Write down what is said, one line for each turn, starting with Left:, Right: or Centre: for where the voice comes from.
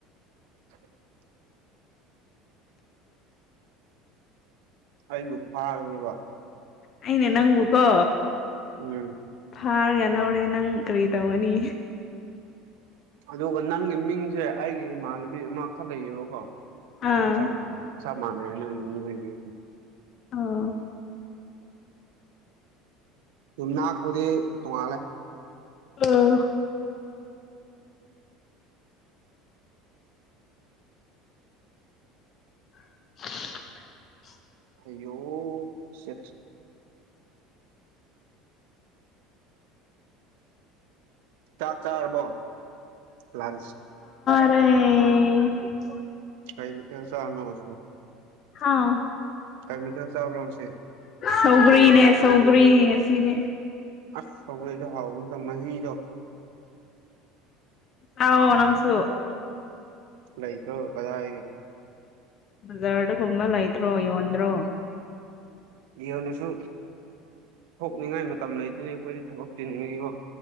Right: <inaudible> ꯑꯩꯕꯨ ꯐꯥꯒꯅꯦꯕ
Left: ꯑꯩꯅ ꯅꯪꯕꯨ ꯀꯣ
Right: ꯑꯝ
Left: ꯐꯥꯔꯒ ꯂꯧꯔꯗꯤ ꯅꯪ ꯀꯔꯤ ꯇꯧꯒꯅꯤ
Right: ꯑꯗꯨꯒ ꯅꯪꯒꯤ ꯃꯤꯡꯁꯦ ꯑꯩꯒꯤ ꯏꯃꯥꯟꯅꯕꯤ ꯑꯃꯥꯈꯛ ꯂꯩꯌꯦꯕꯥꯀꯣ
Left: ꯑꯥ
Right: ꯆꯝ ꯃꯥꯟꯅꯩ ꯆꯝ ꯃꯥꯟꯅꯩ ꯅꯪꯒꯤ
Left: ꯑꯥ
Right: ꯌꯨꯝꯅꯥꯛꯄꯨꯗꯤ ꯇꯣꯡꯉꯥꯜꯂꯦ
Left: ꯑꯥ <inaudible>
Right: ꯑꯌꯣ ꯁꯤꯛꯁ ꯆꯥꯛ ꯆꯔꯕ꯭ꯔꯣ ꯂꯟꯁ
Left: ꯏꯁ
Right: ꯀꯤꯝꯇ ꯆꯗ꯭ꯔꯣ ꯉꯁꯤ
Left: ꯍꯥꯥ
Right: ꯀꯤꯝꯇ ꯆꯥꯕ꯭ꯔꯣ ꯉꯁꯤ
Left: ꯁꯧꯒ꯭ꯔꯤꯅꯦ ꯁꯧꯒ꯭ꯔꯤ ꯉꯁꯤꯅꯦ
Right: ꯑꯁ ꯁꯧꯒ꯭ꯔꯤꯗꯨ ꯍꯥꯎꯕꯅꯤꯗꯣ ꯃꯍꯤꯗꯣ
Left: ꯆꯥꯑꯣ ꯅꯪꯁꯨ
Right: ꯂꯩ ꯀ꯭ꯔꯣ ꯀꯖꯥ ꯍꯥꯏ
Left: ꯖꯔꯗ ꯀꯨꯝꯕ ꯂꯩꯇ꯭ꯔꯣ ꯌꯣꯟꯗ꯭ꯔꯣ
Right: ꯌꯣꯟꯅꯁꯨ ꯊꯣꯛꯅꯤꯡꯉꯥꯏ ꯃꯇꯝ ꯂꯩꯇꯅ ꯑꯩꯈꯣꯏꯗꯤ ꯊꯕꯛ ꯆꯤꯟꯕꯒꯤꯀꯣ